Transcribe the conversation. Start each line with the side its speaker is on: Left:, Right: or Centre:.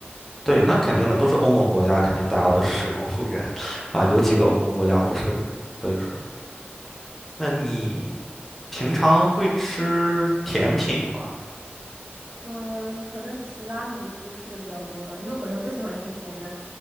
Centre: 对，那肯定的，都是欧盟国家，肯定大家都使用欧元啊，有几个欧盟国家不是，所以说，那你平常会吃甜品吗？
Right: 嗯，可能提拉米苏吃的比较多吧，因为我本身不喜欢吃甜的，